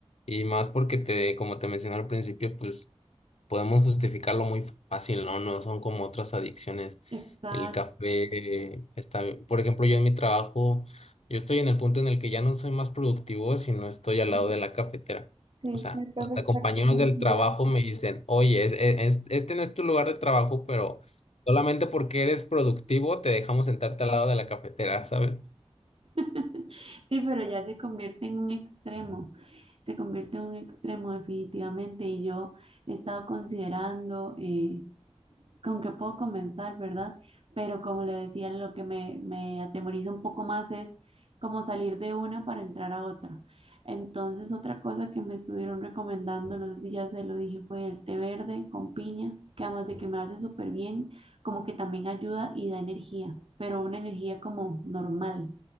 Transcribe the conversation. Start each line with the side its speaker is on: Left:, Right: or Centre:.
Left: y más porque te, como te mencioné al principio, pues podemos justificarlo muy fácil, ¿no? No son como otras adicciones.
Right: Exacto.
Left: El café está, por ejemplo, yo en mi trabajo, yo estoy en el punto en el que ya no soy más productivo si no estoy al
Right: Sí.
Left: lado de la cafetera.
Right: Sí,
Left: O sea,
Right: me pasa
Left: hasta
Right: exactamente
Left: compañeros del
Right: igual.
Left: trabajo me dicen, oye, es- e, es- este no es tu lugar de trabajo, pero solamente porque eres productivo te dejamos sentarte al lado de la cafetera, ¿sabes?
Right: <laughs> Sí, pero ya se convierte en un extremo, se convierte en un extremo definitivamente y yo he estado considerando eh, con que puedo comenzar, ¿verdad? Pero como le decía, lo que me, me atemoriza un poco más es como salir de una para entrar a otra. Entonces, otra cosa que me estuvieron recomendando, no sé si ya se lo dije, fue el té verde con piña, que además de que me hace súper bien, como que también ayuda y da energía, pero una energía como normal,